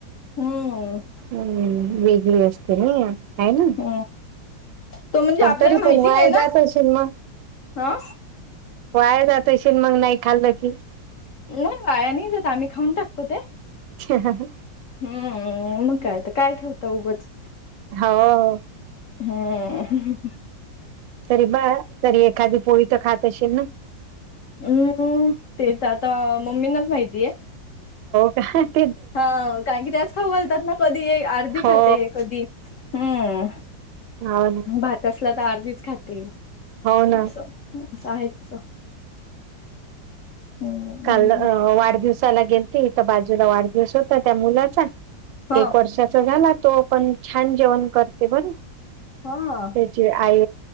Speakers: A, on the left; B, on the right.
A: हम्म
B: हम्म वेगळी, असते ना आहे. ना
A: अ तो म्हणजे,
B: पण
A: आपल्याला
B: तरी
A: माहिती
B: पण वाया
A: नाही ना
B: जात असेल मग
A: हा.
B: वाया जातशील, मग नाही खाल्लं की.
A: नाही वाया नाही, जात आम्ही खाऊन टाकतो ते.
B: ह ह ह
A: हम्म मग काय, तर काय ठेवत उगंच.
B: हो
A: हम्
B: तरी ब तरी एखादी, पोळी तर खात अशीन.
A: हम्म तेच आता, मम्मींनाच माहितीय.
B: ह
A: हा कारण की त्याच खऊ घालतात ना कधी आर्धी
B: हो
A: खाते कधी, हम्म.
B: हो ना
A: भात असला तर अर्धीच खाते,
B: हो ना
A: असं अस आहे तीच. हम्म
B: काल अ वाढदिवसाला गेलती तर बाजूला वाढदिवस होता त्या मुलाचा.
A: हा
B: एक वर्षाचा झाला तो पण छान जेवण करते बर.
A: हा.
B: तिची आई